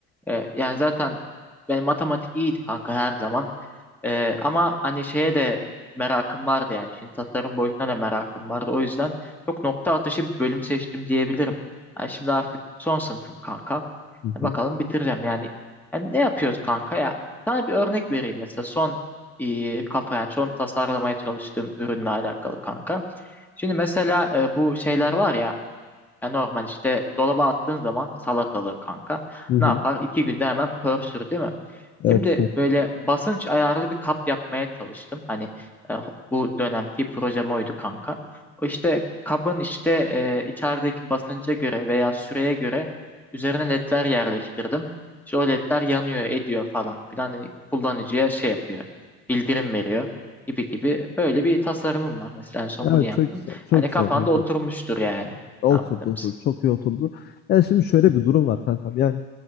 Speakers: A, in the centre; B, on the left.
A: Ee, yani zaten benim matematik iyiydi kanka her zaman. Ee, ama hani şeye de merakım vardı yani. Şimdi tasarım boyutuna da merakım vardı. O yüzden çok nokta atışı bir bölüm seçtim diyebilirim. Yani şimdi artık son sınıfım kanka.
B: Hı
A: E,
B: hı,
A: bakalım bitireceğim yani. Yani ne yapıyoruz kanka ya? Sana bir örnek vereyim mesela son e, kafa yani son tasarlamaya çalıştığım ürünle alakalı kanka. Şimdi mesela e, bu şeyler var ya ya normal işte dolaba attığın zaman salatalığı kanka
B: hı hı.
A: ne yapar? İki günde hemen pörsür değil mi?
B: Evet.
A: Şimdi
B: <laughs>
A: böyle basınç ayarlı bir kap yapmaya çalıştım. Hani e, bu dönemki projem oydu kanka. O işte kabın işte e, içerideki basınca göre veya süreye göre üzerine ledler yerleştirdim. İşte o ledler yanıyor, ediyor falan filan. Hani kullanıcıya şey yapıyor, bildirim veriyor gibi gibi. Böyle bir tasarımım var mesela en son
B: Evet
A: bunu yaptım.
B: çok güzel. Çok
A: Hani
B: güzel
A: kafanda
B: kankam.
A: oturmuştur yani.
B: Oturdu
A: Ne yaptığımız.
B: oturdu. Çok iyi oturdu. Yani şimdi şöyle bir durum var kankam. Yani